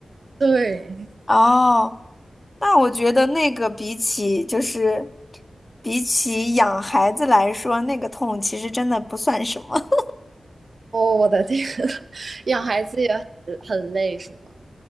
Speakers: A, on the right (about 50°); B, on the left (about 25°).
A: 对，
B: 哦，那我觉得那个比起就是比起养孩子来说，那个痛其实真的不算什么。
A: 哦，我的天，<laughs> 养孩子也很很累，是吗？